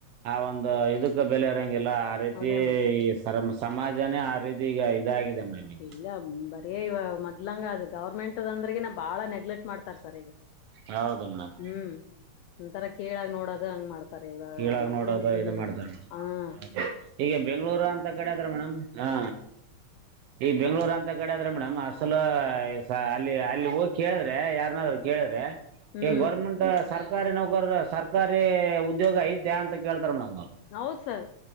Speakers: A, on the right; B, on the left.
A: ಆ ಒಂದು ಇದಕ್ಕ ಬೆಲೆ ಇರಂಗಿಲ್ಲ ಆ ರೀತಿ
B: ಅದೇ ಮತ್ತ
A: ಈ ಸರ ಸಮಾಜನೇ ಆ ರೀತಿ ಈಗ ಇದಾಗಿದೆ ಮೇಡಮ್ ಈಗ
B: ಇಲ್ಲಂಬ ಅೇ ಇವ ಮದ್ಲಂಗ ಅದು ಗೌರ್ಮೆಂಟ್ ಅಂದ್ರಗ ನ ಬಾಳ ನೆಗ್ಲೆಕ್ಟ್ ಮಾಡ್ತಾರ ಸರ್ ಈಗ
A: ಹೌದು ಮೇಡಂ
B: ಹ್ಮ್ ಒಂತರ ಕೇಳಾಗ ನೋಡದು ಹಂಗ್ ಮಾಡ್ತಾರೆ ಇವಾಗ
A: ಕೀಳಾಗ ನೋಡೋದು
B: ಮೊ್ಿಂದ
A: ಇದು ಮಾಡ್ತಾರೆ ಮೇಡಮ್
B: ಹ
A: ಹೌದು ಈಗ ಬೆಂಗ್ಗಳೂರು ಅಂತ ಕಡೆ ಅದ್ರ ಮೇಡಮ್ ಹಾ ಈ ಬೆಂಗಳೂರು ಅಂತ ಕಡೆ ಆದದ್ರೆ ಮೇಡಮ್ ಅಸಲ ಸ ಅಲ್ಲಿ ಅಲ್ಲಿ ಹೋಗಿ ಕೇಳಿದ್ರೆ ಯಾರನಾದ್ರು ಕೇಳಿದ್ರೆ
B: ಹ್ಮ್
A: ಈ ಗೌರ್ಮೆಂಟ್ ಸರ್ಕಾರಿ ನೌಕರ ಸರ್ಕಾರಿ ಉದ್ಯೋಗ ಐತೆ ಅಂತ ಕೇಳ್ತಾರ ಮೇಡಮ್ ಅವ್ರು
B: ಹೌ ಸರ್